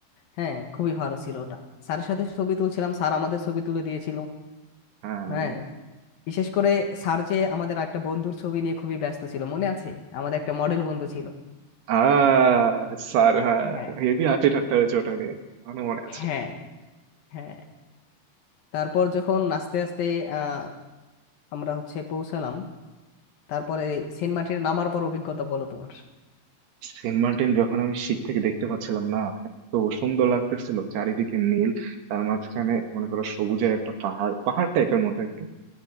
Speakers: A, on the left; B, on the right.
A: হ্যাঁ খুবই ভালো ছিল ওটা স্যারের সাথে ছবি তুলছিলাম স্যার আমাদের ছবি তুলে দিয়েছিল
B: হ্যাঁ
A: হ্যাঁ বিশেষ করে স্যার যে আমাদের একটা বন্ধুর ছবি নিয়ে খুবই ব্যস্ত ছিল মনে আছে আমাদের একটা মডেল বন্ধু ছিল
B: আহ স্যার হ্যাঁ
A: হ্যাঁ
B: হেভি হাসি ঠাট্টা হয়েছে ওটা নিয়ে এখনো মনে আছে
A: হ্যাঁ হ্যাঁ তারপর যখন আস্তে আস্তে আহ আমরা হচ্ছে পৌঁছালাম তারপরে সেন্ট মার্টিনে নামার পর অভিজ্ঞতা বলো তোমার
B: সেন্ট মার্টিন যখন আমি শীত থেকে দেখতে পাচ্ছিলাম না এত সুন্দর লাগতেছিল চারিদিকে নীল তার মাঝখানে মনে করো সবুজের একটা পাহাড় পাহাড় টাইপের মতো একটু